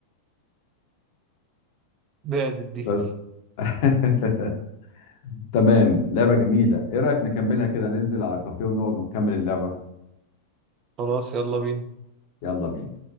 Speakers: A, on the right (about 35°); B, on the left (about 45°).
A: بعدت دي
B: بس <laughs> تمام لعبة جميلة ايه رأيك نكملها كده ننزل على كافيه ونقعد ونكمل اللعبة
A: خلاص يلا بينا
B: يلا بينا